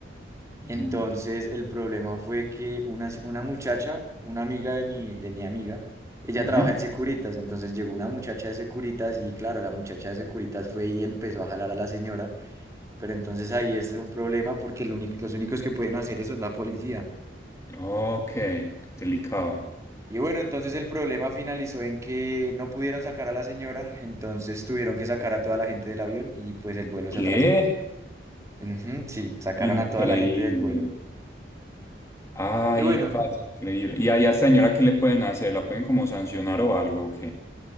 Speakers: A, on the right; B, on the left.
A: Entonces
B: Mm,
A: el problema fue que una, se- una muchacha, una amiga de mi, de mi amiga, ella
B: ujú.
A: trabaja en Securitas, entonces llegó una muchacha de Securitas y claro, la muchacha de Securitas fue y empezó a jalar a la señora, pero entonces ahí es un problema porque el único- los únicos que pueden hacer eso es la policía.
B: Ok, delicado.
A: Y bueno, entonces el problema finalizó en que no pudieron sacar a la señora, entonces tuvieron que sacar a toda la gente del avión y pues el vuelo
B: ¿Qué?
A: se atrasó. Ujú, sí, sacaron
B: Increíble.
A: a toda la gente del vuelo.
B: Ay,
A: Y bueno,
B: parce, increíble. ¿Y a esa señora qué le pueden hacer? ¿La pueden como sancionar o algo? Ok.